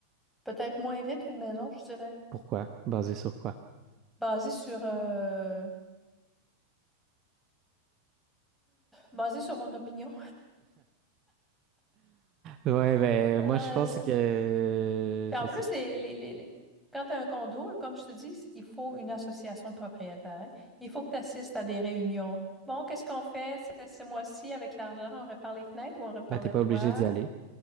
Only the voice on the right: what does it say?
Pourquoi? Basé sur quoi? <laughs>
Ouais, ben
moi je pense que
je
sais
pas.
Ben t'es
pas
obligé d'y aller.